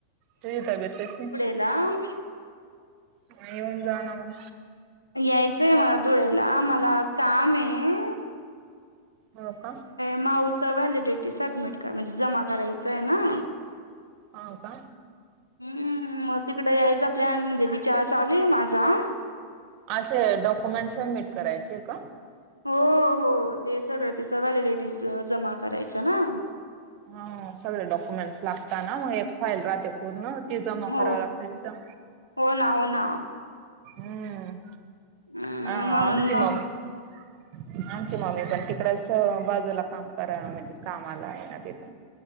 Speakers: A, on the right; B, on the left.
A: तुझी तब्येत कशी ए.
B: ला....
A: म येऊन जा ना मग
B: यायचंय मला धुळ्याला मला काम ये.
A: हो का
B: माऊचा व्हॅलिडिटी सबमिट म्हणजे जमा करायचं ये ना
A: हो का
B: हम्म मग तिकड यायचा प्लॅन म्हणजे विचार चालू ये माझा
A: असे डॉक्युमेंट सबमिट करायचे ये का?
B: हो हो ते सगळं तिचं व्हॅलिलिटीज जमा करायच ना
A: हा सगळे डॉक्युमेंट्स लागता ना मग एक फाईल राहते पूर्ण ती जमा
B: हो
A: कराव लागते तिथं
B: हो ना हो ना
A: हम्म
B: अ
A: हा
B: म्हणून
A: आमची
B: मग
A: मम्मी आमची मम्मी पण तिकडच बाजूला काम करा म्हणजे कामाला ये ना तिथ